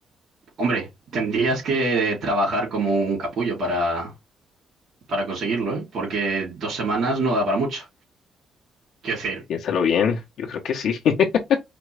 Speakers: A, on the right (about 60°); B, on the left (about 75°).
A: hombre, tendrías que trabajar como un capullo para, para conseguirlo, ¿eh? Porque dos semanas no da para mucho. Quiero decir,
B: Piénsalo bien, yo creo que sí. <laughs>